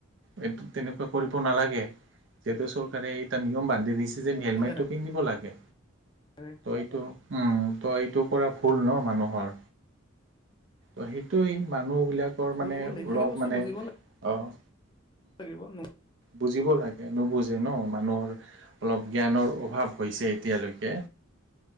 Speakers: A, on the right (about 60°); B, on the left (about 20°).
A: এইটো তেনেকোৱা কৰিব নালাগে যিহেতু চৰকাৰে এটা নিয়ম বান্ধি দিছে। যে হেলমেটটো
B: তাকে
A: পিন্ধিব লাগে।
B: তাকে
A: ত এইটো উম তই এইটো কৰা ভুল ন মানুহৰ। সেইটোৱেই মানুহ বিলাকৰ
B: ভুল
A: মানে
B: ভুল এইখিনি
A: অলপ
B: বস্তু
A: মানে
B: বুজিব
A: আহ।
B: লাগিব ন।
A: বুজিব লাগে নুবুজে ন মানুহৰ অলপ জ্ঞানৰ অভাৱ হৈছে এতিয়ালৈকে।